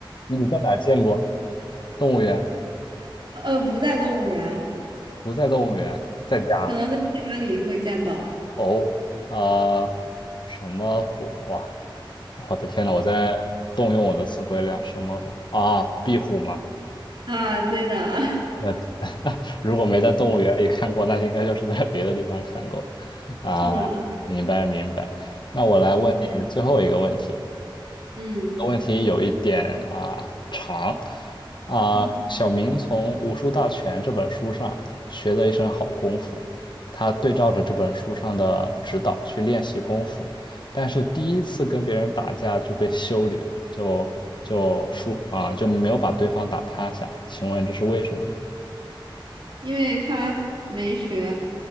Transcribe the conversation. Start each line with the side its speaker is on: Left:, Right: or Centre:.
Left: 你在哪儿见过？动物园？
Right: 呃，呃不在动物园，
Left: 不在动物园，在家。
Right: 可能在家里会见到。
Left: 哦，啊、什么虎？哇，我的天呐，我在动用我的词汇量。什么啊？壁虎吗？
Right: 啊，对的，
Left: 那 <laughs> 如果没在动物园里看过，那应该就是在别的地方看过。啊，
Right: <laughs> 是的，
Left: 明白明白。那我来问你最后一个问题，
Right: 嗯嗯
Left: 个问题有一点啊长啊，
Right: 嗯，
Left: 小明从《武术大全》这本书上学了一身好功夫，他对照着这本书上的指导去练习功夫，但是第一次跟别人打架就被修理了，就就输啊，就没有把对方打趴下。请问这是为什么呢？
Right: 因为他没学。